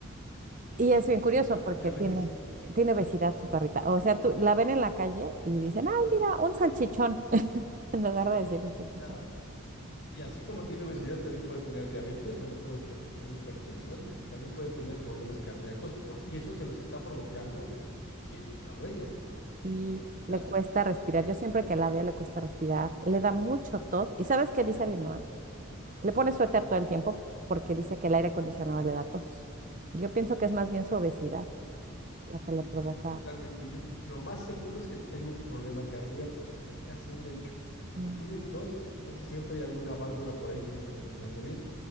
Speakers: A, on the right; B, on the left.
A: Y es bien curioso
B: Sí,
A: porque
B: y a veces,
A: Qué tiene, bueno. tiene
B: ujú,
A: obesidad su perrita. O sea, tú la ven en la calle y dicen, ay, mira, un salchichón, <laughs> en lugar de decir un salchichón.
B: claro, y así como tiene obesidad, también puede tener diabetes, también puede por- tener hipertensión, también puede tener problemas cardíacos por, y eso se los está provocando, ¿quién? La dueña
A: Y
B: o el propietario.
A: le cuesta respirar. Yo siempre que la veo le cuesta respirar, le da mucho tos. ¿Y sabes qué dice mi mamá? Le pone suéter todo el tiempo porque dice que el aire acondicionado le da tos. Yo pienso que es más bien su obesidad la que le provoca.
B: Totalmente. Y lo más seguro es que tengo un problema cardíaco. Es casi un hecho. Cuando
A: Mm,
B: tienen tos, casi siempre hay alguna válvula por ahí que no está funcionando bien.